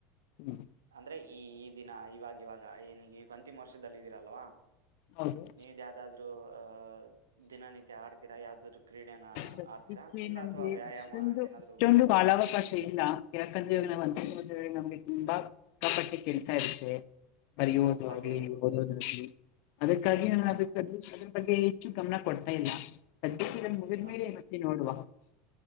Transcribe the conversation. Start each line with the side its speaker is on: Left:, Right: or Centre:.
Left: ಹ್ಮಞ
Right: ಅಂದ್ರೆ ಈ ಈ ದಿನ ಇವಾಗ ಇವಾಗ ಏನ ಈ ಅಂತಿಮ ವರ್ಷದಲ್ಲಿ ಇದೀರಲ್ವಾ
Left: ಹೌದು
Right: ನೀವ್ ಯಾವ್ದಾದ್ರು ಅ ದಿನನಿತ್ಯ ಆಡ್ತೀರಾ ಯಾವಾದ್ರು ಕ್ರೀಡೆನ
Left: ಸದ್ಯಕ್ಕೆ
Right: ಆಡ್ತೀರಾ ಇಲ್ಲ
Left: ನಮ್ಗೆ
Right: ಅಥವಾ ವ್ಯಾಯಾಮ
Left: ಅಷ್ಟೊಂದು
Right: ಏನಾದ್ರು
Left: ಅಷ್ಟೊಂದು ಕಾಲಾವಕಾಶ ಇಲ್ಲ ಯಾಕಂದ್ರೆ ನಾವು ಅಂತೋದ್ರ ನಮಗೆ ತುಂಬಾ ಸಿಕ್ಕಾ ಪಟ್ಟೆ ಕೆಲಸ ಇರ್ತವೆ ಬರಿಯಾದು
Right: ಹೌದು
Left: ಆಗ್ಲಿ
Right: ಹೌದು
Left: ಓದೋದಾಗಲಿ ಅದಕ್ಕಾಗಿ ನಾನ
Right: ಹಾ
Left: ಅದ ಅದ್ರ ಬಗ್ಗೆ ಹೆಚ್ಚು ಗಮನ ಕೊಡ್ತಾ ಇಲ್ಲ ಸದ್ಯಕ್ಕೆ ಮುಗಿದ್ಮೇಲೆವತ್ತತಿ
Right: ಹಾ ಹಾ
Left: ನೋಡುವ